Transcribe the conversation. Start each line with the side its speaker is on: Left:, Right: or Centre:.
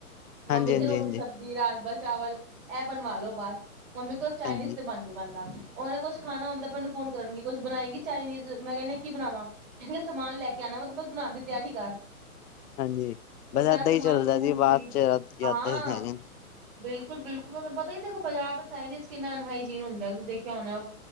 Right: ਮੰਮੀ
Left: ਹਾਂਜੀ
Right: ਤੇ
Left: ਹਾਂਜੀ
Right: ਰੋਟੀ
Left: ਹਾਂਜੀ
Right: ਸਬਜ਼ੀ ਰਾਜ ਚਾਵਲ, ਐ ਬਣਵਾਲੋ ਬਸ, ਮੰਮੀ ਕੋਲ ਚਾਈਨੀਸ
Left: ਹਾਂਜੀ
Right: ਤੇ ਬਨ ਨੀ ਪਾਂਦਾ। ਓਰੇ ਕੁਛ ਖਾਣਾ ਹੁੰਦਾ ਮੈਨੂੰ ਫੋਨ ਕਰਨਗੇ ਕੁੱਝ ਬਣਾਏਂਗੀ ਚਾਈਨੀਜ਼ ਮੈਂ ਕੇਆ ਕੀ ਬਣਾਵਾ? ਕੈਨਗੇ ਸਮਾਨ ਲੈ ਕੇ ਆਣਾ ਵਾ ਤੋਂ ਬਸ ਬਣਾਣ ਦੀ ਤੇਆਰੀ ਕਰ।
Left: ਹਾਂਜੀ ਬਸ
Right: ਓ ਸਾਰਾ
Left: ਏਦਾਂ
Right: ਸਮਾਨ
Left: ਹੀ ਚੱਲਦਾ
Right: ਸਸੂਨ
Left: ਜੀ ਬਾਅਦ
Right: ਖ਼ਰੀ,
Left: ਚ ਯਾਦਾਂ
Right: ਆਂ
Left: ਹੀ ਰਹਿ ਜਾਣ
Right: ਬਿਲਕੁਲ-ਬਿਲਕੁਲ ਪਤਾ ਬਾਜ਼ਾਰ ਦਾ ਚਾਈਨੀਸ ਕਿਨਾ ਅਨਾਹਾਜੀਨ ਹੁੰਦਾ ਤੁਸੀਂ ਦੇਖੇਆ ਹੋਨਾ ਓ